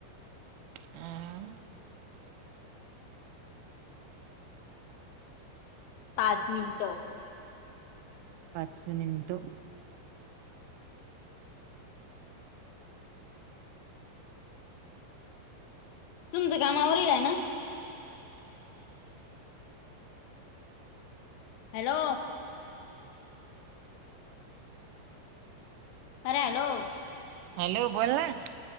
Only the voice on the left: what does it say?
पाच मिनटं
तुमच कामावरील आहे ना हॅलो अरे हॅलो